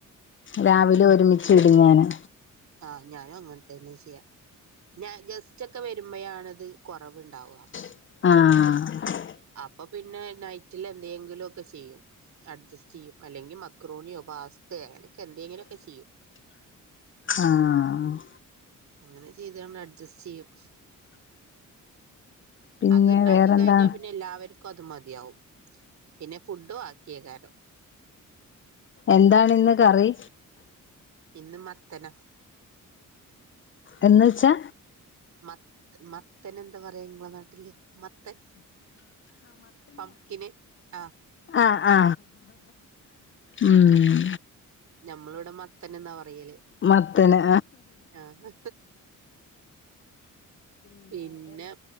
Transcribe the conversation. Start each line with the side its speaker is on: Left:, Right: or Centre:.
Left: രാവിലെ ഒരുമിച്ചിടും ഞാന്
Right: ആ ഞാനു അങ്ങനെതന്നെ ചെയ്യാ ഞാൻ ജസ്റ്റ് ഒക്കെ വരുമ്പോഴണത് കുറവുണ്ടാവുക
Left: ആഹ്
Right: അപ്പൊ പിന്നെനൈറ്റിലെന്തെങ്കിലുവൊക്കെ ചെയ്യും. അഡ്ജസ്റ്റ് ചെയ്യും അല്ലെങ്കി മക്രോണിയോ പാസ്തയ ഇടയ്ക്ക് എന്തെങ്കിലുമെക്കെ ചെയ്യും
Left: ആ ആ
Right: അങ്ങനെ ചെയ്തണ്ട് അഡ്ജസ്റ്റ് ചെയ്യും
Left: പിന്നെ
Right: അത് ഉണ്ടാക്കി
Left: വേറെന്താണ്
Right: കഴിഞ്ഞാ പിന്നെ എല്ലാവർക്കും അത് മതി ടിയാവും പിന്നെ ഫുഡ് ബാക്കിയെകാരം
Left: എന്താണിന്ന്കറി
Right: ഇന്നുമത്തനാ
Left: എന്ന് വച്ചാ
Right: മത്ത മത്തനെന്താ പറയാ ഇമ്മള നാട്ടില് മത്തൻ പപ്ക്കിന് ആ
Left: ആ ആ ഉം
Right: ഞമ്മളിവിടെ മത്തനെന്നാ പറയല്
Left: മത്തന്
Right: ആഹ പിന്നെ